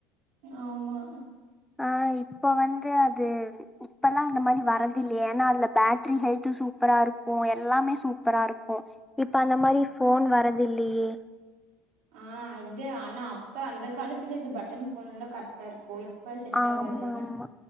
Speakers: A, on the right; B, in the centre.
A: ஆமா
B: ஆஹ் இப்ப வந்து அது இப்பல்லாம் அந்த மாதிரி வரது இல்லையே ஏன்னா அதுல பேட்டரி ஹெல்தும் சூப்பரா இருக்கும் எல்லாமே சூப்பரா இருக்கும் இப்ப அந்த மாதிரி போன் வர்து இல்லையே
A: ஆஹ் இது ஆனா அப்ப அந்த காலத்துல இது பட்டன் போன் எல்லாம் கரெக்டா இருக்கு இப்ப செட்
B: ஆமா
A: ஆகாதுல்ல
B: ஆமா